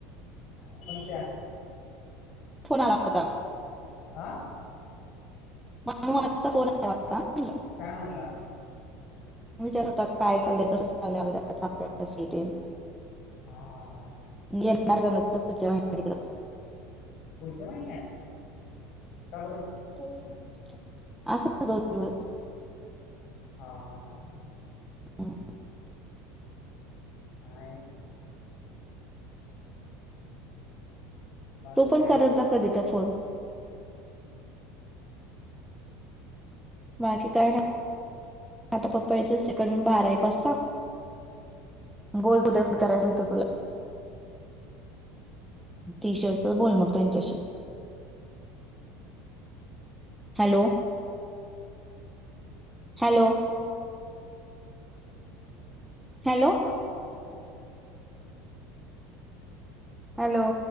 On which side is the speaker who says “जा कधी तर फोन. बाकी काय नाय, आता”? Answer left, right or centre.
Centre